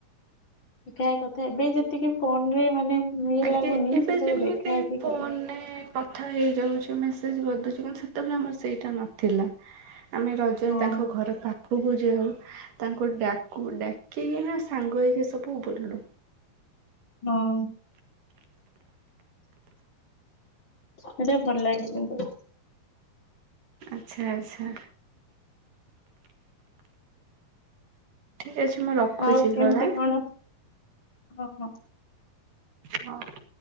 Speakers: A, on the left; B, on the right.
A: ଦେଖା ହେଇ କଥା ଏବେ ଯେତିକି ଫୋନ ରେ ମାନେ। ଇଏ
B: ଆଗେ
A: ଲାଗୁନି
B: ଏବେ
A: ସେତେବେଳେ
B: ଯେମିତି
A: ଦେଖା ହେଇକି
B: ଫୋନରେ
A: କଥା
B: କ କଥା ହେଇଯାଉଛୁ ମେସେଜ କରିଦଉଛୁ କିନ୍ତୁ ସେତେବେଳେ ଆମର ସେଇଟା ନଥିଲା। ଆମେ ରଜରେ
A: ହଁ
B: ତାଙ୍କ ଘର ପାଖକୁ ଯାଉ। ତାଙ୍କୁ ଡାକୁ ଡାକିକି ନା ସାଙ୍ଗ ହେଇକି ସବୁ ବୁଲୁ।
A: ହଁ। ସେଟା ଭଲ ଲାଗେ କିନ୍ତୁ।
B: ଆଛା ଆଚ୍ଛା। ଠିକ ଅଛି ମୁଁ ରଖୁଛି
A: ଆଉ କେମିତି
B: କଲ୍
A: କଣ। ଓ ହୋ।
B: ହଁ।